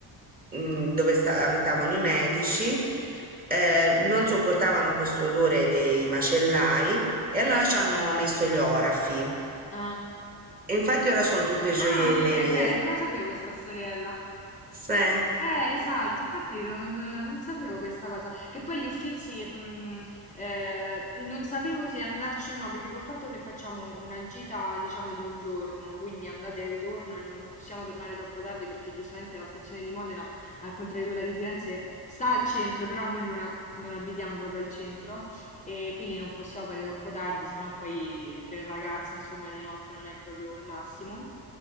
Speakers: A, on the right; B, on the left.
A: mh, dove sta- abitavano i medici, eh, non sopportavano questo odore dei macellai e allora ci hanno messo gli orafi.
B: ah,
A: E infatti ora sono tutte gioiellerie.
B: Ah, ok, beh, non la sapevo questa storiella,
A: Sì.
B: Eh, esatto, infatti non, non sapevo questa cosa, che poi gli Uffizi, mh, eh, non sapevo se andarci o no, perché col fatto che facciamo una gita, diciamo, di un giorno, quindi andate e ritorno e non possiamo tornare troppo tardi perché giustamente la stazione di Modena, al contrario di quella di Firenze, sta al centro, però noi non, a- non abitiamo proprio al centro, e quindi non possiamo fare troppo tardi, se no poi tre ragazze, insomma, di notte non è proprio il massimo.